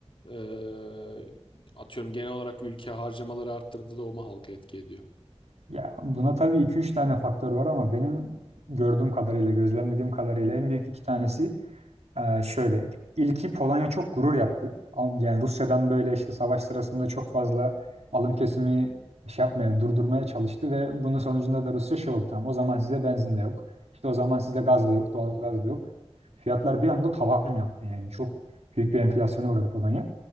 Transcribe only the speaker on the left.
Ee, atıyorum genel olarak ülke harcamaları arttırdı da o mu halka etki ediyor?
Hmm.